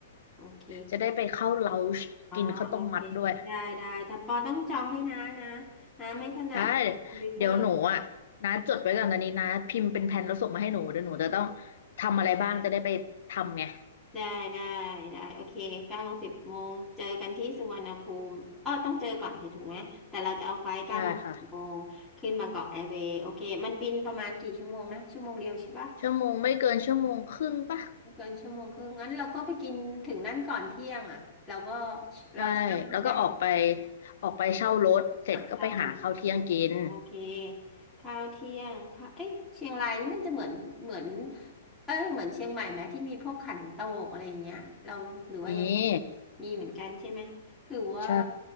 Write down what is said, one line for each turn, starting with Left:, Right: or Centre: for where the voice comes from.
Centre: โอเค
Left: จะได้ไปเข้า lounge
Centre: อ๋อโอเค
Left: กินข้าวต้มมัดด้วย
Centre: ได้ได้แต่ปอต้องจองให้น้านะน้าไม่ถนัดคอมพิวเตอร์
Left: ได้เดี๋ยวหนูอ่ะนะจดไว้ก่อนตอนนี้นะพิมพ์เป็นแผนแล้วส่งมาให้หนูเดี๋ยวหนูจะต้องทำอะไรบ้างจะได้ไปทำไง
Centre: ได้ได้ได้โอเคเก้าโมงสิบโมงเจอกันที่สุวรรณภูมิเออต้องเจอก่อนสิถูกไหมแต่เราจะเอาไฟล์เก้าโมงสิบโมงขึ้นบางกอกแอร์เวย์โอเคมันบินประมาณกี่ชั่วโมงนะชั่วโมงเดียวใช่ปะ
Left: ได้ค่ะชั่วโมงไม่เกินชั่วโมงครึ่งปะ
Centre: ไม่เกินชั่วโมงครึ่งงั้นเราก็ไปกินถึงนั่นก่อนเที่ยงอ่ะเราก็
Left: ใช่แล้วก็ออกไป
Centre: เราเช่ารถไหม
Left: ออกไปเช่ารถเสร็จก็ไปหาข้าวเที่ยงกิน
Centre: อ่ะเช่ารถโอเคข้าวเที่ยงค่ะเอ๊ะเชียงรายนี่มันจะเหมือนเหมือนเออเหมือนเชียงใหม่ไหมที่มีพวกขันโตกอะไรอย่างเงี้ยเราหรือว่ายัง
Left: นี่
Centre: มีเหมือนกันใช่ไหมหรือว่า
Left: ใช่